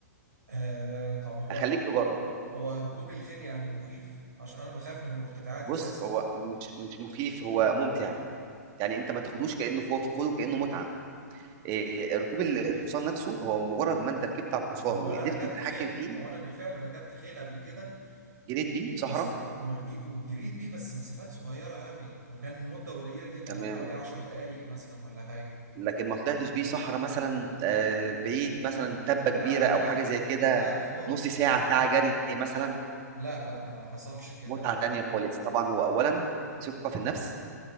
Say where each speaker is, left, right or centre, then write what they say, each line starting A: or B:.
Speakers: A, on the right (about 75°); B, on the right (about 35°).
A: آه طب هو
B: اخليك
A: ركوب
B: تجرب
A: هو ركوب الخيل يعني مخيف عشان انا بخاف من المرتفعات
B: بص
A: اساسا
B: هو مش مش مخيف هو ممتع يعني انت ما تاخدوش كانه خوف خده كانه متعه آه ركوب ال- الحصان نفسه هو مجرد ما انت ركبت على الحصان
A: هو
B: وقدرت
A: انا ركبت
B: تتحكم
A: خيل
B: فيه
A: هو انا بالفعل ركبت خيل قبل كده
B: جريت بيه
A: وست...
B: في صحراء
A: ورج... وجريت بيه بس مسافات صغيرة قوي وكان مدة قليلة جدا
B: تمام
A: يعني حوالي عشر دقايق مثلا ولا حاجة
B: لكن ما طلعتش بيه صحراء مثلا آه، بعيد مثلا تبة
A: لا
B: كبيرة
A: لا
B: أو حاجة زي كده
A: لا خالص
B: نص
A: طبعا
B: ساعة ساعة جري مثلا
A: لا لا ما حصلش كده
B: متعة
A: لا
B: تانية خالص طبعا هو أولا ثقة في النفس